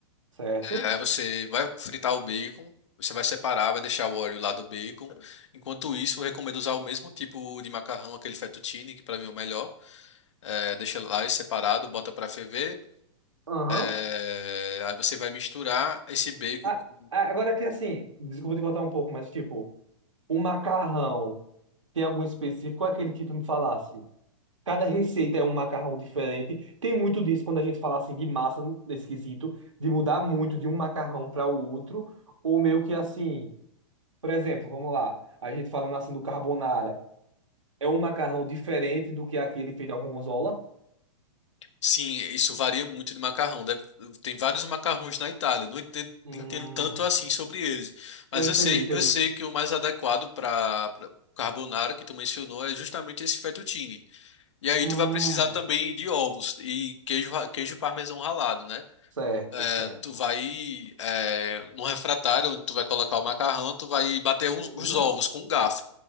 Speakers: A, on the right; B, on the left.
A: certo?
B: Aí você vai fritar o bacon, você vai separar, vai deixar o óleo lá do bacon. Enquanto isso, eu recomendo usar o mesmo tipo de macarrão, aquele fettuccine, que para mim é o melhor. É, deixa lá separado, bota para ferver.
A: Aham.
B: É, aí você vai misturar esse bacon
A: Ah,
B: com.
A: ah, agora que assim, desculpa te cortar um pouco, mas tipo, o macarrão tem algum específico? Qual é aquele que tu me falasse? Cada receita é um macarrão diferente. Tem muito disso quando a gente fala assim de massa nesse quesito, de mudar muito de um macarrão para o outro, ou meio que assim, por exemplo, vamos lá, a gente falando assim do carbonara, é um macarrão diferente do que aquele feito com gorgonzola?
B: Sim, isso varia muito de macarrão. Deve- Tem vários macarrões na Itália. Não enten-
A: Hum,
B: entendo, tanto assim sobre eles. Mas
A: entendi,
B: eu sei,
A: entendi.
B: eu sei que o mais adequado para carbonara que tu mencionou é justamente esse fettuccine. E aí
A: Hum,
B: tu vai precisar também de ovos e queijo, ra- queijo parmesão ralado, né?
A: certo,
B: É,
A: certo.
B: tu vai é, num refratário onde tu vai colocar o macarrão, tu vai bater uns-
A: Uhum,
B: os ovos com um garfo